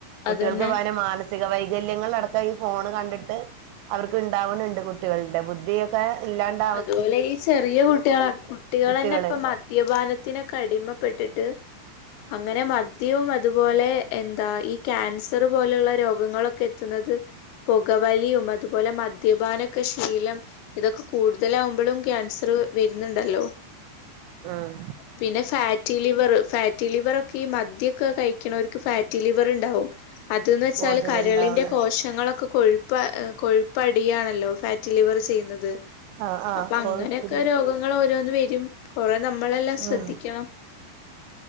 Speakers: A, on the right; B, on the left.
A: കുട്ടികൾക്ക്
B: അതന്നെ
A: വയ മാനസിക സിക വൈകല്യങ്ങൾ അടക്കം ഈ ഫോൺ കണ്ടിട്ട് അവർക്ക് ഉണ്ടാവുന്നുണ്ട് കുട്ടികളുടെ ബുദ്ധിയ ക്കെ ഇല്ലാണ്ട
B: അതുപോലെ ഈ ചെറിയ കുട്ടികൾ കുട്ടികൾ
A: കുട്ടികള്
B: തന്നെ ഇപ്പ മദ്യപാനത്തിനൊക്കെ അടിമപ്പെട്ടു ട്ട് അങ്ങനെ മദ്യവും അതുപോലെ എന്താ ഈ ക്യാൻസർ പോലുള്ള രോഗങ്ങളൊക്കെ എതുന്നത് പുകവലിയും അതുപോലെ മദ്യപാനൊക്കെ ശീലം ഇതൊക്കെ കൂടു തലാവുമ്പോഴും ക്യാൻസർ വരുന്നുണ്ടല്ലോ
A: ഉം
B: പിന്നെ ഫാറ്റി ലിവർ ഫാറ്റി ലിവർ ഒക്കെ ഈ മദ്യ ക്കെ കൈകുനരെർക്കു ഫാറ്റി ലിവർ ഇണ്ടാവും അത് എന്ന് വെച്ചാൽ
A: കൂടുതലുണ്ടാവണ
B: കരളിന്റെ കോസ ങ്ങളൊക്കെ കൊഴുപ്പ് കൊഴുപ്പ് അടിയാണല്ലോ ഫാറ്റി ലിവർ ചെയ്യ ചെയുന്നത്
A: ആഹ് ആഹ്
B: അപ്പൊ അങ്ങനെയൊക്കെ
A: കൊഴപ്പില്ല
B: രോഗങ്ങൾ ഓരോന്ന് വരും കുറേ നമ്മളെല്ലാം ശ്രദ്ധിക്കണം
A: ഉം